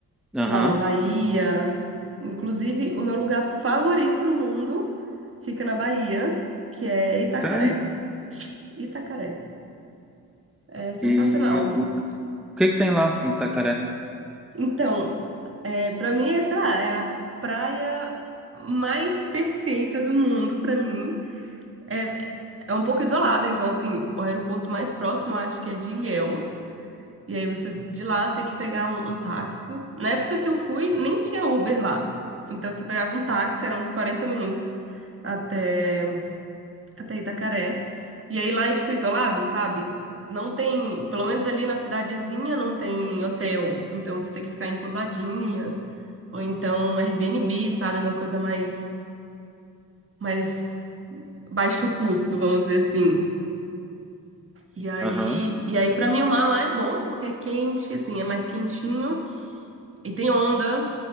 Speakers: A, on the right; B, in the centre.
A: sei
B: Aham.
A: lá, uma Bahia. Inclusive, o meu lugar favorito no mundo fica na Bahia, que é Itacaré.
B: É?
A: Itacaré. É sensacional.
B: E o, o que que tem lá em Itacaré?
A: Então, é, para mim, é, sei lá, é a praia mais perfeita do mundo para mim. É, é é um pouco isolado, então, assim, o aeroporto mais próximo eu acho que é de Ilhéus. E aí você de lá tem que pegar um, um táxi. Na época que eu fui, nem tinha Uber lá. Então você pegava um táxi, eram uns 40 minutos até, até Itacaré. E aí lá é tipo isolado, sabe? Não tem, pelo menos ali na cidadezinha não tem hotel. Então você tem que ficar em pousadinhas, ou então Airbnb, sabe? É Uma coisa mais, mais baixo custo, vamos dizer assim. E aí,
B: Aham.
A: e aí para mim o mar lá é bom porque é quente, assim, é mais quentinho. E tem onda,